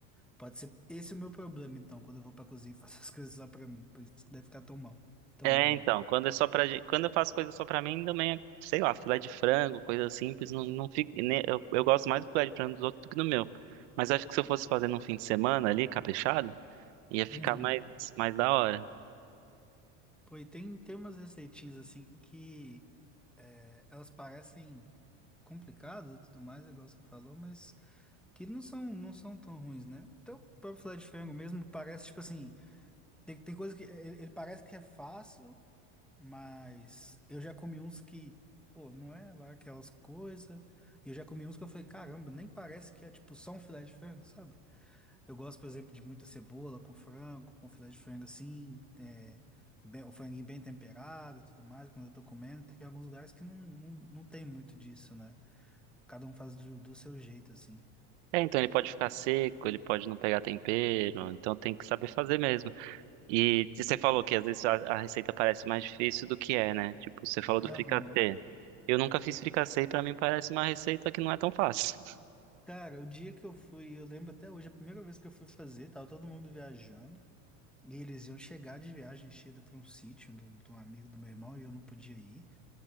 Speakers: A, in the centre; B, on the right.
A: Pode ser esse é o meu problema, então, quando eu vou pra cozinha e <laughs> faço as coisas só pra mim. Por isso que deve ficar tão mal, tão
B: É,
A: ruim,
B: então,
A: né?
B: quando é só pra gente, quando eu faço coisa só pra mim, também, é, sei lá, filé de frango, coisa simples, não, não fica, né, eu, eu gosto mais do filé de frango dos outros do que do meu. Mas acho que se eu fosse fazer num fim de semana ali, caprichado, ia ficar
A: Uhum.
B: mais, mais da hora.
A: Pô, e tem, tem umas receitinhas assim que é, elas parecem complicadas e tudo mais, igual você falou, mas que não são, não são tão ruins, né? Até o próprio filé de frango mesmo parece, tipo assim, tem, tem coisa que ele, ele parece que é fácil, mas eu já comi uns que, pô, não é lá aquelas coisas. Eu já comi uns que eu falei, caramba, nem parece que é tipo só um filé de frango, sabe? Eu gosto, por exemplo, de muita cebola com frango, com filé de frango assim, é, bem- o franguinho bem temperado e tudo mais, quando eu tô comendo. Tem alguns lugares que não, não, não tem muito disso, né? Cada um faz do, do seu jeito, assim.
B: É, então ele pode ficar seco, ele pode não pegar tempero, então tem que saber fazer mesmo. E você falou que às vezes a, a receita parece mais difícil do que é, né? Tipo, você falou do
A: Aham.
B: fricassê. Eu nunca fiz fricassê e pra mim parece uma receita que não é tão fácil. <laughs>
A: Cara, o dia que eu fui, eu lembro até hoje, a primeira vez que eu fui fazer, tava todo mundo viajando. E eles iam chegar de viagem enchida pra um sítio de um de um amigo do meu irmão e eu não podia ir.